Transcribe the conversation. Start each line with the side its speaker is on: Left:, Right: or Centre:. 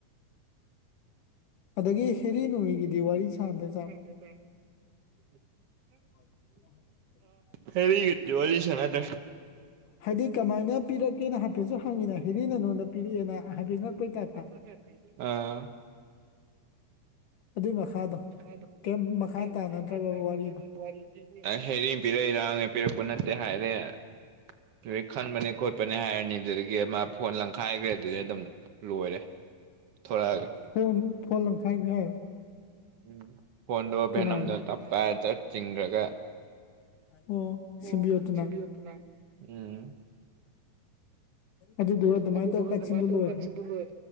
Left: ꯑꯗꯒꯤ ꯍꯦꯔꯤ ꯅꯨꯡꯃꯤꯒꯤꯗꯤ ꯋꯥꯔꯤ ꯁꯥꯥꯟꯅꯗ ꯖꯥꯠ
Right: <unintelligible> <inaudible>
Left: <inaudible>
Right: ꯍꯦꯔꯤꯒꯗꯤ ꯋꯥꯔꯤ ꯁꯥꯟꯅꯗ꯭ꯔꯦ
Left: ꯍꯥꯏꯗꯤ ꯀꯃꯥꯏꯅ ꯄꯤꯔꯛꯀꯦꯅ ꯍꯥꯏꯐꯦꯠꯁꯨ ꯍꯪꯉꯤꯅ ꯍꯦꯗꯤ ꯅ ꯅꯣꯟꯗ ꯄꯤꯔꯛꯑꯦꯅ ꯍꯥꯏꯐꯦꯠ ꯉꯛꯄꯩ ꯇꯥꯏꯞꯇ
Right: <unintelligible> ꯑꯥ
Left: ꯑꯗꯨꯏ ꯃꯈꯥꯗꯣ
Right: <unintelligible>
Left: ꯀꯩꯝ ꯃꯈꯥ ꯇꯥꯅꯗ꯭ꯔꯕꯕ ꯋꯥꯔꯤꯗꯣ
Right: ꯍꯦꯔꯤ ꯄꯔꯩꯔꯥ ꯑꯩ ꯄꯤꯔꯛꯄ ꯅꯠꯇꯦ ꯍꯥꯏꯔꯦ ꯑꯗꯨꯗꯩ ꯈꯟꯕꯅꯦ ꯈꯣꯠꯄꯅꯦ ꯍꯥꯏꯔꯅꯤ ꯑꯗꯨꯗꯒꯤ ꯑꯃ ꯐꯣꯟ ꯂꯪꯈꯥꯏꯒ꯭ꯔꯦ ꯑꯗꯨꯗꯩ ꯑꯗꯨꯝ ꯂꯣꯏꯔꯦ ꯊꯣꯔꯛꯑꯒ
Left: ꯐꯣꯟ ꯐꯣꯟ ꯂꯪꯈꯥꯏꯒ꯭ꯔꯦ
Right: ꯎꯝ ꯐꯣꯟꯗꯣ ꯚꯦꯅꯝꯗꯣ
Left: ꯀꯅꯥꯒꯤ
Right: ꯇꯞ ꯄꯥꯏꯔ ꯆꯠ ꯆꯤꯡꯒ꯭ꯔꯒ
Left: ꯑꯣ
Right: ꯑꯣ
Left: ꯁꯤꯝꯕꯤꯌꯣꯠꯇꯨꯅ
Right: <unintelligible> ꯎꯝ
Left: ꯑꯗꯨꯗꯨꯒ ꯑꯗꯨꯃꯥꯏꯅ
Right: ꯑꯗꯨꯗꯨꯒ
Left: ꯇꯧꯔ ꯀꯥꯆꯤꯟꯗꯨ
Right: ꯑꯗꯨꯃꯥꯏ ꯇꯧꯕ
Left: ꯂꯣꯏꯈ꯭ꯔꯦ
Right: ꯀꯆꯤꯟ ꯂꯣꯏ